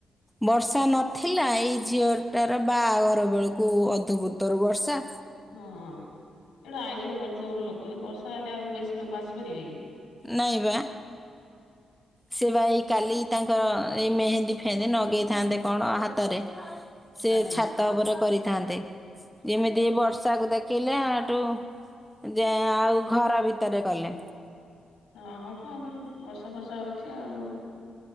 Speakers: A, in the centre; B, on the left (about 85°).
A: ବର୍ଷା ନଥିଲା, ଏଇ ଝିଅଟାର ବାହାଘର ବେଳକୁ ଅଧଭୁତରୁ ବର୍ଷା।
B: ହଁ। ଯିଏ ଗୋଟେ ଆୟୋଜନ କରିଥିବ ଗୋଟେ ଲୋକ ଯେ, ବର୍ଷା ହେଲେ ଆଉ ବେଶୀ ଲୋକ ଆସିପାରିବେ କି?
A: ନାଇଁ ବା।
B: <unintelligible>
A: ସେ ବା ଏଇ କାଲି ତାଙ୍କର ଏଇ ମେହେନ୍ଦୀ ଫେହେନ୍ଦୀ ନଗେଇଥାନ୍ତେ କଣ ହାତରେ ସେ
B: ଆଜ୍ଞା
A: ଛାତ ଉପରେ କରି ଥାନ୍ତେ। ଯେମିତି ଏ ବର୍ଷାକୁ ଦେଖିଲେ ହେଠୁ ଯେ ଆଉ ଘର ଭିତରେ କଲେ।
B: ହଁ ହଁ କଣ କରିବି? ବର୍ଷା ଫର୍ଷା ହଉଛି ଆଉ।